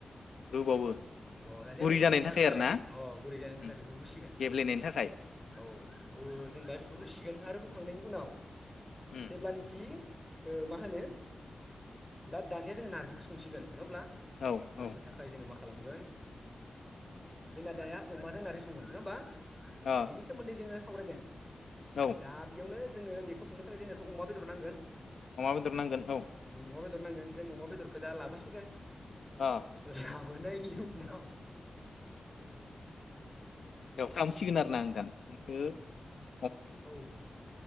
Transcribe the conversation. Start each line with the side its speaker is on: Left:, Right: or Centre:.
Left: रुबावो
Centre: अ दानिया
Left: गुरै
Centre: जों
Left: जानायनि
Centre: रुनो थाखाय
Left: आरो ना
Centre: अ गुरै जानायनि थाखाय
Left: उम
Centre: बेखौ रुसिगोन
Left: गेब्लेनायनि थाखाय
Centre: औ ‌। गुद जों दा बेखौ रुसिगोन आरो रुखांनायनि उनाव
Left: उम
Centre: जेब्लानोखि मा होनो दा दानिया जोङो नारजिखौ संसिगोन नङा होमब्ला
Left: औ
Centre: संनो
Left: औ
Centre: थाखाय जोङो माखा खालामगोन जोंना दाया अमाजों नारजि संगोन नङा होमबा
Left: ओ
Centre: बिनि सोमोन्दै जोङो सावरायदों
Left: औ
Centre: दा बेयावनो जोङो बेखौ संनो थाखाय जोंनोथ' अमा बेदर नांगोन
Left: अमा बेदर नांगोन औ
Centre: उम अमा बेदर नांगोन जों अमादरखौ दा लाबोसिगोन
Left: ओ
Centre: <unintelligible> बोनायनि उनाव
Left: एवफ्रामसिगोन आरो ना नोंथां ओ
Centre: औ